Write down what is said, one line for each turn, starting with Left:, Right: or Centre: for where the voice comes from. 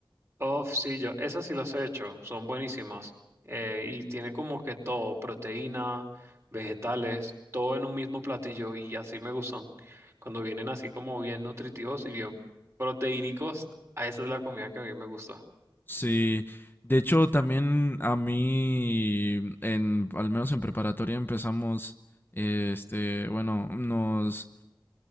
Right: Oh, sí, yo, esas sí las he hecho, son buenísimas. Eh, y tiene como que todo, proteína, vegetales, todo en un mismo platillo y así me gustan. Cuando vienen así como bien nutritivos y bien proteínicos, a esa es la comida que a mí me gusta.
Left: Sí, de hecho también a mí, en, al menos en preparatoria empezamos, eh, este, bueno, nos